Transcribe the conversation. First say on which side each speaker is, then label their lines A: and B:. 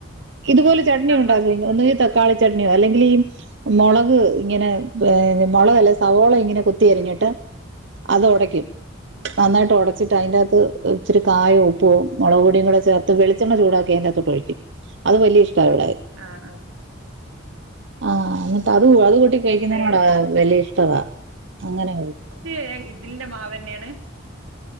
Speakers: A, on the right; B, on the right.
A: ഇതുപോലെ ചട്ണി
B: ചമ്മന്തി
A: ഉണ്ടാകും ഒന്നുകി തക്കാളി ചട്ണ്യോ അല്ലെങ്കിലീ. മൊളക് ഇങ്ങനെ അ് മുളകല്ല സവോള ഇങ്ങനെ കുത്തിയരിഞ്ഞിട്ട്. അതൊടയ്ക്കും നന്നായിട്ട് ഒടച്ചിട്ട് അയിന്റെകത്ത് ച്ചിരി കായോം ഉപ്പും. മൊളക പൊടീം കൂടെ ചേർത്ത് വെളിച്ചെണ്ണചൂടാക്കി അയിൻ്റ കത്തൊട്ടൊഴിക്കും അത് വല്ല്യ ഇഷ്ട്ടായിവീടെ.
B: ആ അ
A: ആഹ് ന്ന്ട്ട് അത് അത് കൂട്ടി കഴിക്കുന്നതിനോട
B: പി
A: വലിയ ഇഷ്ടവാ. അങ്ങനെ
B: <unintelligible> പക്ഷേ ഇഡിലിന്റെ മാവന്നെയാണ്?